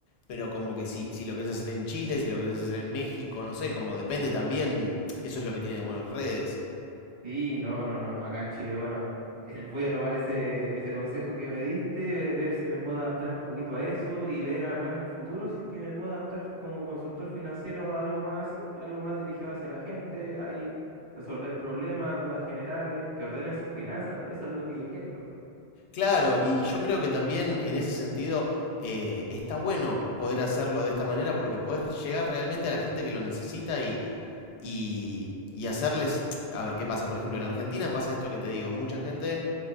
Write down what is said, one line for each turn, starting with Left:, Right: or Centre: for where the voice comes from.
Left: pero como que si, si lo querés hacer en Chile, si lo querés hacer en México, no sé, como depende también, eso es lo que tiene de buenas redes.
Right: Sí, no, no, no. Acá en Chile, bueno, eh, voy a tomar ese, ese consejo que me diste, ve- ver si me puedo adaptar un poquito a eso y ver a planes futuros si es que me puedo adaptar como consultor financiero a algo más así, algo más dirigido hacia la gente, ahí resolver problemas, dudas generales, que ordenen sus finanzas. Eso es lo que yo quiero.
Left: Claro, y yo creo que también en ese sentido eh, está bueno poder hacerlo de esta manera porque podés llegar realmente a la gente que lo necesita y, y, y hacerles, a ver qué pasa. Por ejemplo, en Argentina pasa esto que te digo, mucha gente